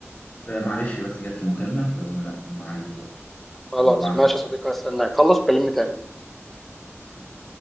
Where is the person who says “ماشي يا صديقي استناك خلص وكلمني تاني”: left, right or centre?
Centre